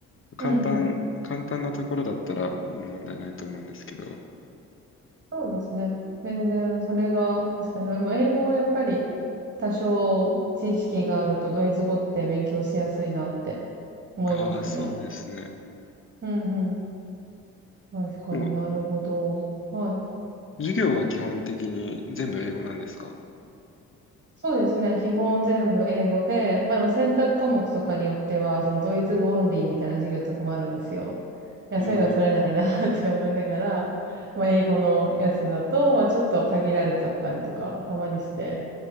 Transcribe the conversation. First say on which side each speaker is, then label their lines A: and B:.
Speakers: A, on the left; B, on the right.
A: 簡単、
B: うんうん。
A: 簡単なところだったら問題ないと思うんですけど。
B: そうですね。全然それが、確かに、まあ、英語をやっぱり多少知識があるとドイツ語って勉強しやすいなって思いますよね。
A: ああ、そうですね。
B: うんうん。確かになるほど。
A: もう、
B: はい。
A: 授業は基本的に全部英語なんですか
B: そうですね。基本全部英語で、まあでも選択科目とかによっては、そのドイツ語オンリーみたいな授業とかもあるんですよ。いや、
A: ええ。
B: そういうの取れないな <laughs> って思いながら、まあ英語のやつだと、まあちょっと限られちゃったりとか、たまにして。